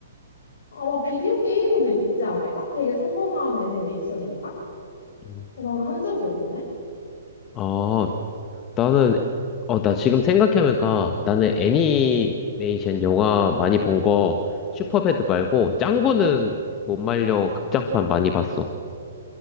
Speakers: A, on the left; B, on the left.
A: 아마 비디오 게임으로도 있지 않을까? 되게 성공한 애니메이션이니까?
B: 음.
A: 나는 한 적이 없네.
B: 아, 나는, 어, 나 지금 생각해보니까 나는 애니메이션 영화 많이 본 거, 슈퍼배드 말고, 짱구는 못 말려 극장판 많이 봤어.